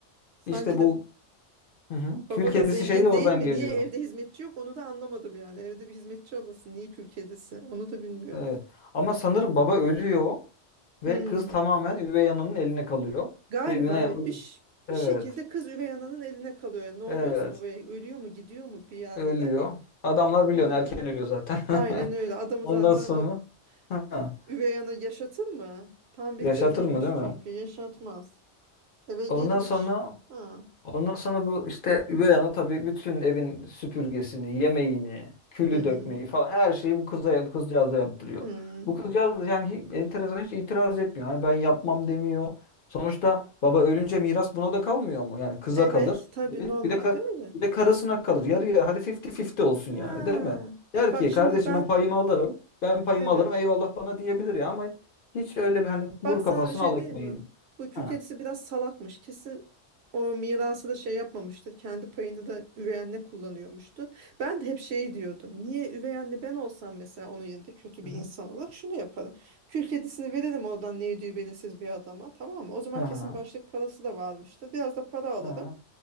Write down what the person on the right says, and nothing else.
Sanki
de
baba
da zengin
değil mi?
Niye evde hizmetçi yok? Onu da anlamadım yani. Evde bir hizmetçi olasın. Niye kül kedisi? Onu da bilmiyorum.
Hmm.
Galiba
evet bir ş-
bir şekilde kız üvey ananın eline kalıyor. Yani ne oluyorsa
babaya ölüyor mu gidiyor mu bir yerde
de.
Ha.
Aynen öyle.
Adamı
zaten
o
üvey ana yaşatır mı? Tam bir
cadıymış
çünkü
yaşatmaz. Eve girmiş.
Ha.
Hmm.
Hmm,
Evet,
tabii
normalde
öyle.
Ha.
Bak
şimdi
ben
evet.
Bak sana
bir şey
diyeyim
mi? Bu kül
kedisi biraz salakmış. Kesin o mirası da şey yapmamıştır. Kendi payını da üvey anne kullanıyormuştu. Ben de hep şeyi diyordum. Niye üvey anne ben olsam mesela onun yerinde kötü
bir
insan olarak şunu yaparım. Kül kedisini veririm oradan ne ödüğü belirsiz bir adama tamam mı? O zaman
kesin
başlık parası da varmıştır. Biraz da para alırım.